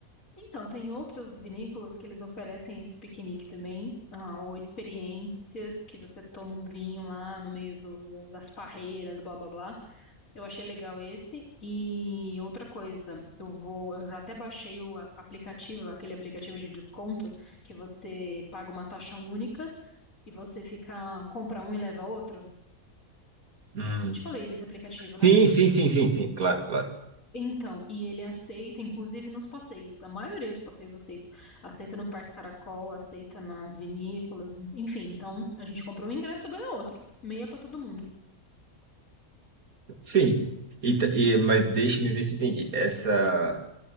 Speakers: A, on the left (about 70°); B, on the right (about 80°).
A: Então, tem outras vinícolas que eles oferecem esse piquenique também, ah, ou experiências que você toma um vinho lá no meio do- das parreiras, blá blá blá. Eu achei legal esse. E outra coisa, eu vou, eu já até baixei o a- aplicativo, aquele aplicativo de desconto que você paga uma taxa única e você fica compra um e leva outro.
B: Hum.
A: Eu te falei desse aplicativo, né?
B: Sim, sim, sim, sim, sim, claro, claro.
A: Então, e ele aceita, inclusive nos passeios. A maioria dos passeios aceita. Aceita no Parque Caracol, aceita nas vinícolas, enfim. Então, a gente compra um ingresso e ganha outro. Meia pra todo mundo.
B: Sim. E, ta- e- mas deixe-me ver se entendi. Essa.